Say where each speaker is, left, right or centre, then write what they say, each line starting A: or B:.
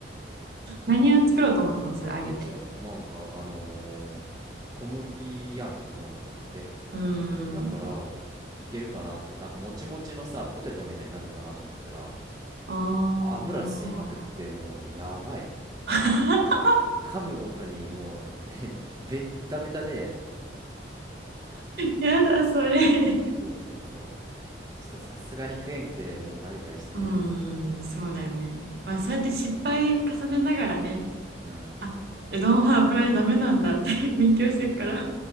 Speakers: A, on the right (about 55°); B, on the right (about 20°).
A: 何を作ろうと思ったのそれあげて。
B: えじゃあなんかあのー小麦やんうどんとかって
A: うー
B: だからいけるかなってなんかもちもちのさポテトみたいになるかなと思ったら
A: ん。あ
B: 油吸いまくってもうやばい
A: ー。<laughs>
B: 噛むごとにもうベッタベタで
A: やだ、それ。
B: そうそうそうちょっとさすがに食えんくてもうバイバイしたけど
A: うーん、そうだよね。まあ、そうやって失敗重ねながらね、
B: うん
A: あ、うどんは油でダメなんだって <laughs> 勉強してるから。